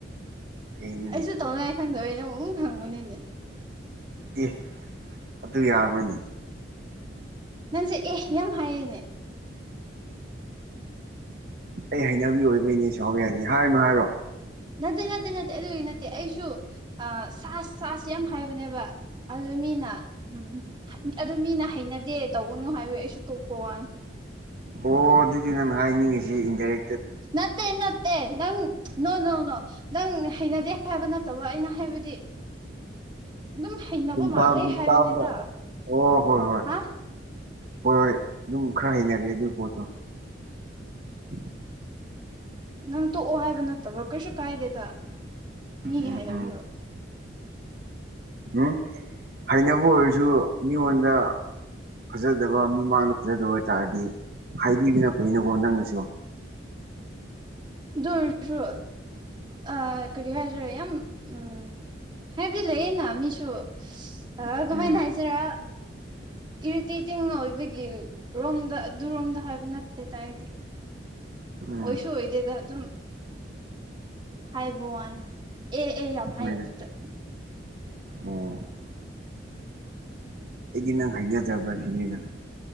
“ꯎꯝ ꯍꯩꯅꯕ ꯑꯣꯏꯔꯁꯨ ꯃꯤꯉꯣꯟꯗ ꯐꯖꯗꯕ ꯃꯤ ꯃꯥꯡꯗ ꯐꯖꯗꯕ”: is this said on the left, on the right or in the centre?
Right